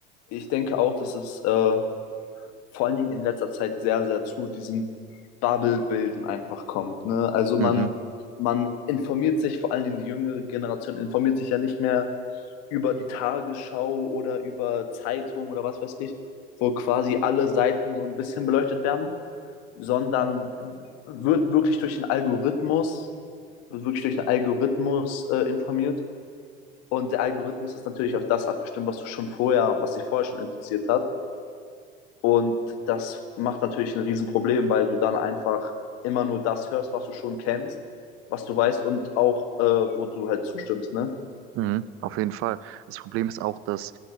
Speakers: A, on the left (about 60°); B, on the right (about 50°).
A: ich denke auch, dass es äh, vor allen Dingen in letzter Zeit sehr, sehr zu diesem Bubble-Bilden einfach kommt. Ne? Also
B: Mhm.
A: man, man informiert sich, vor allen Dingen die jüngere Generation informiert sich ja nicht mehr über die Tagesschau oder über Zeitung oder was weiß ich, wo quasi alle Seiten so ein bisschen beleuchtet werden, sondern wird wirklich durch den Algorithmus, wird wirklich durch den Algorithmus äh, informiert. Und der Algorithmus ist natürlich auf das abgestimmt, was du schon vorher, was dich vorher schon interessiert hat. Und das macht natürlich ein Riesenproblem, weil du dann einfach immer nur das hörst, was du schon kennst, was du weißt und auch, äh, wo du halt zustimmst, ne?
B: Mhm, auf jeden Fall. Das Problem ist auch, dass